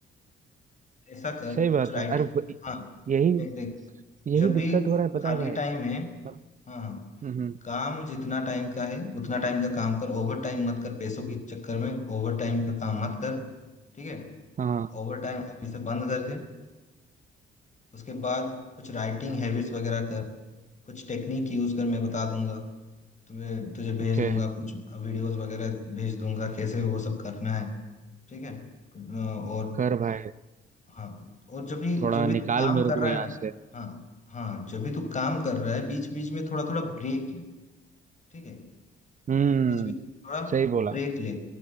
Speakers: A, on the left (about 40°); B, on the right (about 40°).
A: ऐसा कर
B: सही बात
A: कुछ राइटिंग
B: है अरे वही-
A: हाँ
B: यही
A: देख देख
B: यही
A: जब भी
B: दिक्कत हो रहा है पता
A: खाली
B: है भाई
A: टाइम है
B: मत-
A: हाँ हाँ
B: हम्म हम्म,
A: काम जितना टाइम का है उतना टाइम का काम कर ओवर टाइम मत कर पैसों के चक्कर में ओवर टाइम का काम मत कर ठीक है
B: हाँ
A: ओवर टाइम अभी से बंद कर दे उसके बाद कुछ राइटिंग हैबिट्स वगैरह कर कुछ टेक्निक यूज कर मैं बता दूंगा तुम्हें तुझे भेज
B: ओके
A: दूंगा कुछ वीडियोस वगैरह भेज दूंगा कैसे वो सब करना है ठीक है अ, और
B: कर भाई
A: हाँ और जब भी
B: थोड़ा
A: जब भी
B: निकाल
A: तू काम
B: मेरे
A: कर रहा
B: को यहाँ
A: है ना
B: से
A: हाँ हाँ जब भी तू काम कर रहा है बीच बीच में थोड़ा थोड़ा ब्रेक ले ठीक है
B: हम्म
A: बीच बीच में थोड़ा
B: सही बोला
A: ब्रेक ले